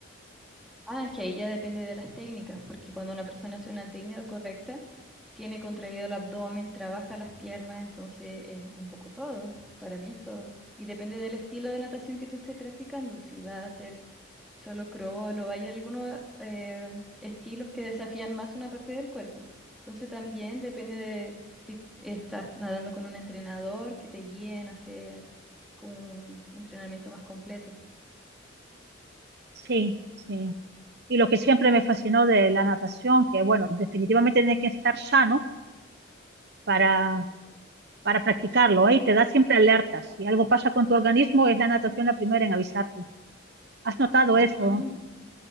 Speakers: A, in the centre; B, on the right.
A: Ah, es que ahí ya depende de las técnicas, porque cuando una persona hace una técnica correcta, tiene contraído el abdomen, trabaja las piernas, entonces es un poco todo, para mí es todo. Y depende del estilo de natación que tú estés practicando, si vas a hacer Solo crawl o hay algunos eh, estilos que desafían más una parte del cuerpo. Entonces también depende de si estás nadando con un entrenador que te guíe en hacer como un entrenamiento más completo.
B: Sí, sí. Y lo que siempre me fascinó de la natación, que bueno, definitivamente tienes que estar sano para, para practicarlo, ¿eh? Y te da siempre alertas. Si algo pasa con tu organismo, es la natación la primera en avisarte. ¿Has notado eso?
A: Ujú.